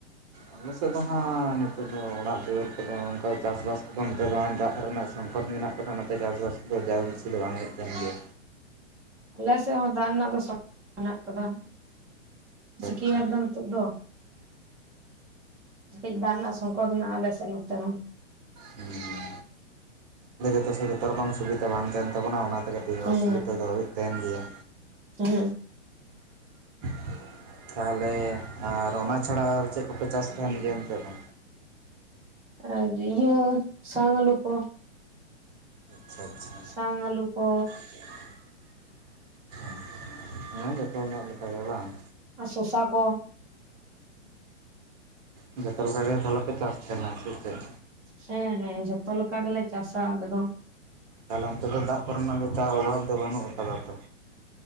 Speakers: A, on the right (about 35°); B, in the centre.
A: ᱟᱞᱮ ᱥᱮᱫ ᱫᱚ ᱦᱟᱸᱜ ᱱᱤᱛᱚᱜ ᱫᱚ ᱚᱲᱟᱜ ᱫᱩᱣᱟᱹᱨ ᱠᱚᱫᱚ ᱚᱱᱠᱟ ᱪᱟᱥ ᱵᱟᱥ ᱠᱚᱫᱚ ᱱᱚᱛᱮ ᱫᱚ ᱦᱟᱜ ᱫᱟᱜ ᱨᱮᱱᱟᱜ ᱥᱚᱝᱠᱚᱴ ᱢᱮᱱᱟᱜ ᱚᱱᱟᱛᱮ ᱪᱟᱥ ᱵᱟᱥ ᱠᱚᱫᱚ ᱡᱟᱣᱦᱳᱠ ᱵᱮᱥᱤ ᱫᱚ ᱵᱟᱝ ᱦᱩᱭᱩᱜ ᱛᱟᱦᱮᱱ ᱜᱮᱭᱟ
B: ᱟᱞᱮ ᱥᱮᱫ ᱦᱚᱸ ᱫᱟᱜ ᱨᱮᱱᱟᱜ ᱫᱚ ᱥᱚᱝᱠᱚᱴ ᱢᱮᱱᱟᱜ ᱟᱠᱟᱫᱟ ᱪᱤᱠᱟᱹᱭᱟᱢ
A: ᱟᱪᱪᱷᱟ
B: ᱟᱫᱚ ᱱᱤᱛᱚᱜ ᱫᱚ ᱠᱟᱹᱴᱤᱡ ᱫᱟᱜ ᱨᱮᱱᱟᱜ ᱥᱚᱝᱠᱚᱴ ᱢᱮᱱᱟᱜᱼᱟ ᱟᱞᱮ ᱥᱮᱫ ᱱᱚᱛᱮ ᱦᱚᱸ
A: ᱦᱩᱸ ᱦᱩᱸ ᱚᱸᱰᱮ ᱜᱮᱛᱚ ᱥᱮ ᱡᱚᱛᱚ ᱥᱮᱡ ᱡᱚᱛᱚ ᱨᱚᱠᱚᱢ ᱥᱩᱵᱤᱫᱟ ᱵᱟᱝ ᱛᱟᱦᱮᱱ ᱛᱟᱵᱚᱱᱟ ᱚᱱᱟ ᱠᱟᱹᱴᱤᱡ
B: ᱦᱮᱸ
A: ᱚᱥᱩᱵᱤᱫᱟ ᱫᱚ ᱦᱩᱭᱩᱜ ᱛᱟᱦᱮᱱ ᱜᱮᱭᱟ
B: ᱦᱮᱸ
A: <inaudible> ᱛᱟᱦᱚᱞᱮ ᱟᱨ ᱚᱱᱟ ᱪᱷᱟᱲᱟ ᱟᱨ ᱪᱮᱫ ᱠᱚᱯᱮ ᱪᱟᱥ ᱛᱟᱦᱮᱱ ᱜᱮᱭᱟ ᱚᱱᱛᱮ ᱫᱚ
B: ᱟᱨ ᱤᱭᱟᱹ ᱥᱟᱝ ᱟᱹᱞᱩ ᱠᱚ
A: ᱟᱪᱪᱷᱟ ᱟᱪᱪᱷᱟ
B: ᱥᱟᱝ ᱟᱹᱞᱩ ᱠᱚ
A: <unintelligible> ᱡᱚᱛᱚ ᱧᱚᱜ ᱞᱮᱠᱟ ᱜᱮ ᱵᱟᱝ
B: ᱟᱨ ᱥᱳᱥᱟ ᱠᱚ
A: ᱟᱪᱪᱷᱟ ᱡᱚᱛᱚ ᱞᱮᱠᱟ ᱜᱮ ᱛᱟᱦᱚᱞᱮ ᱯᱮ ᱪᱟᱥ ᱛᱟᱦᱮᱱᱟ ᱥᱮ ᱪᱮᱫ?
B: ᱦᱮᱸ ᱦᱮᱸ ᱡᱷᱚᱛᱚ ᱞᱮᱠᱟ ᱜᱮᱞᱮ ᱪᱟᱥᱟ ᱟᱞᱮ ᱫᱚ
A: ᱛᱟᱦᱚᱞᱮ ᱚᱱᱛᱮ ᱫᱚ ᱫᱟᱜ ᱠᱚᱨᱮᱱᱟᱜ ᱚᱱᱠᱟ ᱚᱵᱷᱟᱵᱽ ᱫᱚ ᱵᱟᱹᱱᱩᱜ ᱟᱠᱟᱫᱟ ᱛᱚ